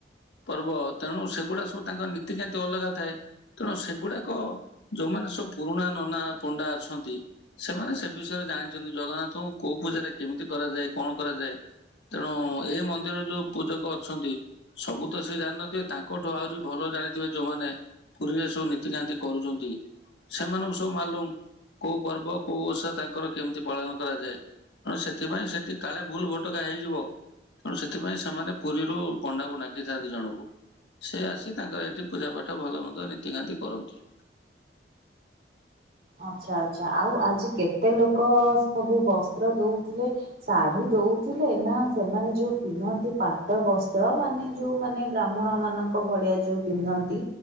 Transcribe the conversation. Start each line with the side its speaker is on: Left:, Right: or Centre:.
Left: ପର୍ବ ତେଣୁ ସେଗୁଡା ସବୁ ତାଙ୍କର ନୀତିକାନ୍ତି ଅଲଗା ଥାଏ। ତେଣୁ ସେଗୁଡା କ ଯୋଉମାନେ ସବୁ ପୁରୁଣା ନନା ପଣ୍ଡା ଅଛନ୍ତି। ସେମାନେ ସେ ବିଷୟରେ ଜାଣିଚନ୍ତି। ଜଗନ୍ନାଥଙ୍କୁ କୋଉ ପୂଜାରେ କେମିତି କରାଯାଏ କଣ କରାଯାଏ। ତେଣୁ ଏଇ ମନ୍ଦିରରେ ଯୋଉ ପୂଜକ ଅଛନ୍ତି। ସବୁ ତ ସିଏ ଜାଣିନଥିବେ ତାଙ୍କଠୁ ଆହୁରି ଭଲ ଜାଣିଥିବେ ଯୋଉମାନେ ପୁରିରେ ସବୁ ନି ତି କାନ୍ତି କରୁଚନ୍ତି। ସେମାନଙ୍କୁ ସବୁ ମାଲୁମ। କୋଉ ପର୍ବ କୋଉ ଓଷା ତାଙ୍କର କେମିତି ପାଳନ କରାଯାଏ। ସେଥିପାଇଁ ସେଠି କାଳେ ଭୁଲ ଭଟକା ହେଇଯିବ। ତେଣୁ ସେଥିପାଇଁ ସେମାନେ ପୁରିରୁ ପଣ୍ଡାକୁ ଡାକିଥାନ୍ତି ଜଣକୁ। ସେ ଆସି ତାଙ୍କର ଏଇଠି ପୂଜା ପାଠ ଭଲ ମନ୍ଦ ନୀତିକାନ୍ତି କରନ୍ତି।
Right: ଆଚ୍ଛା ଆଚ୍ଛା ଆଉ ଆଜି କେତେ ଲୋକ ସବୁ ବସ୍ତ୍ର ଦୋଉଥିଲେ। ଶାଢୀ ଦଉଥିଲେ ନା ସେମାନେ ଯୋଉ ପିନ୍ଧନ୍ତି ପାଟ ବସ୍ତ୍ର ମାନେ ଯୋଉମାନେ ବ୍ରାହ୍ମଣମାନଙ୍କ ଭଳିଆ ଯୋଉ ପିନ୍ଧନ୍ତି।